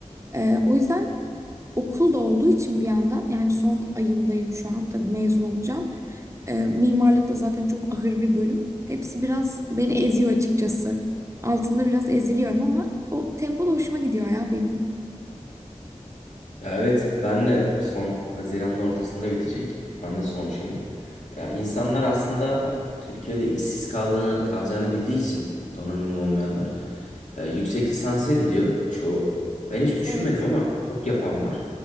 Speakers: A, on the right; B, on the left.
A: Ee, o yüzden okul da olduğu için bir yandan yani son ayımdayım şu an tabii mezun olacağım. Ee, mimarlık da zaten çok ahır bir bölüm. Hepsi biraz beni eziyor açıkçası. Altında biraz eziliyorum ama o tempo da hoşuma gidiyor ya benim.
B: Ya evet ben de son Haziran'ın ortasında bitecek. Ben de son şeyim. Ya insanlar aslında Türkiye'de işsiz kaldığını, kalacağını bildiği için donanımlı olmayanlar e, yüksek lisansa gidiyor çoğu. Ben hiç düşünmedim
A: Evet,
B: ama çok yapan var.